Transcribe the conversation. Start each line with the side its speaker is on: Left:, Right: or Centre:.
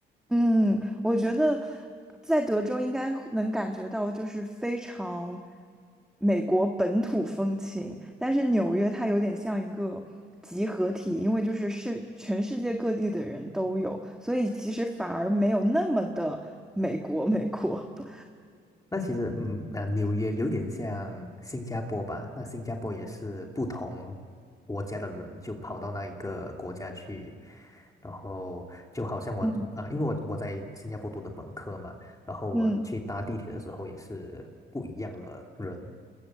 Centre: 嗯，我觉得在德州应该能感觉到，就是非常美国本土风情。但是纽约它有点像一个集合体，因为就是是全世界各地的人都有，所以其实反而没有那么的美国美国。<laughs>
Left: 那其实，嗯，啊，纽约有点像新加坡吧？那新加坡也是不同国家的人就跑到那一个国家去，然后就好像我啊，
Centre: 嗯
Left: 因为我我在新加坡读的本科嘛，然后我去搭地铁的时候也是不一样的人。
Centre: 嗯